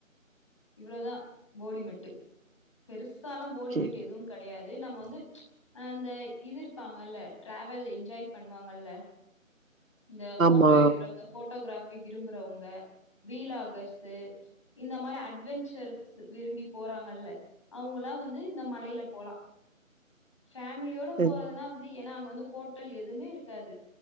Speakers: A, on the left; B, on the right.
A: இவ்வளதா போடிமெட்டு் பெருசாலா போடிமெட்டு
B: ஓகே
A: எதுவு கெடையாது நம்ம வந்து அந்த இது இருப்பாங்கல்ல ட்ரவல் என்ஜாய் பண்ணுவாங்கல்ல இந்த போட்டோ
B: ஆமா
A: எடுக்குறவங்க போட்டோகிராபி விரும்புறவங்க வீலாகர்ஸு இந்த மாறி அட்வென்ஞ்சர்ஸ் விரும்பி போறாங்கல்ல அவங்கலா வந்து இந்த மலைல போலா ஃபேமிலியோட
B: சரி
A: போறதுனா வந் து ஏனா அங்க வந்து ஹோட்டல் எதுமே இருக்காது